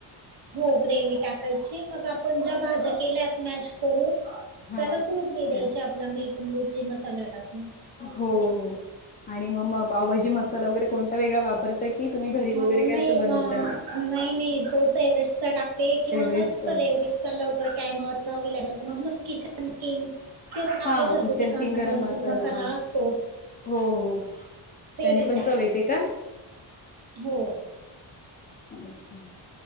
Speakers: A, on the right; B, on the left.
A: हो ग्रेव्ही टाकायची मग आपण ज्या भाज्या केल्यात मॅश करून त्याला
B: हा
A: फोडणी द्यायची
B: त्या
A: आपला मीठ, मिरची मसाला टाकून.
B: हो हो, आणि मग म पावभाजी मसाला वगैरे कोणता वेगळा वापरताय की तुम्ही घरी
A: अ
B: वगैरे काय
A: नाही
B: असं बनवता?
A: अ नाही नाही तोच एव्हरेस्टचा टाकते किंवा
B: एव्हरेस्टचा
A: नसल एव्हरेस्ट चा लवकर टाइमावर अवलेबल मग मग किचन किंग किंवा मग
B: हा
A: आपले
B: हा
A: घरगुती
B: किचन
A: कांदा,
B: किंग गरम
A: लसूण मसाला
B: हा.
A: असतोच.
B: हो हो
A: तेही
B: त्याने पण
A: टाकते.
B: चव येते का?
A: हो
B: अच्छा